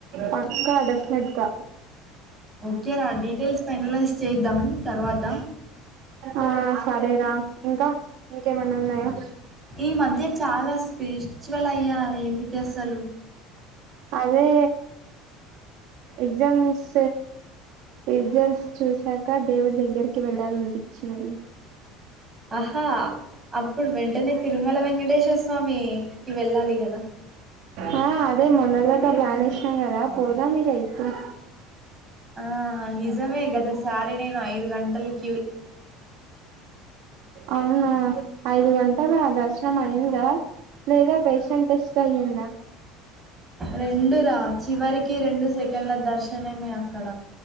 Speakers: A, on the right; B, on the right.
A: పక్కా డెఫనెట్ గా
B: ఓకే రా డీటెయిల్స్ ఫైనలైజ్ చేద్దాం తర్వాత
A: ఆ సరేరా ఇంకా ఇంకేమన్నా ఉన్నాయా
B: ఈ మధ్య చాలా స్పిరిచువల్ అయ్యా ఏమిటి అసలు
A: అదే ఎగ్జామ్స్ రిజల్ట్స్ చూసాక దేవుడి దగ్గరికి వెళ్ళాలనిపించింది.
B: ఆ ఆ అప్పుడు వెంటనే తిరుమల వెంకటేశ్వర స్వామికి వెళ్ళాలి కదా
A: ఆ అదే మొన్న దాకా ప్లాన్ ఏసినాం కదా పోదాం మీక యిపుడు
B: ఆ నిజమే గత సారి నేను ఐదు గంటల్ క్
A: అవున ఐదు వంటల దర్శనం అయిందా లేదా పేషెంట్ టెస్ట్ అయ్యిందా
B: రెండురా చివరికి రెండు సెకండ్ల దర్శనమే అక్కడ